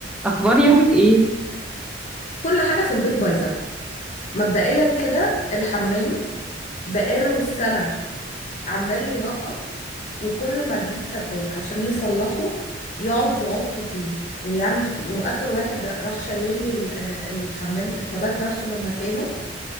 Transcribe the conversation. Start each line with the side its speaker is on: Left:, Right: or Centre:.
Centre: اخبار يومك ايه
Left: كل حاجة في البيت بايظة مبدئيا كده الحمام بقاله سنة عمال ينقط وكل ما اجيب سباك عشان يصلحه يقعد يعك فيه ويعمل فيه واخر واحد ده راح شايل لي ال- آه، الحمام التواليت نفسه من مكانه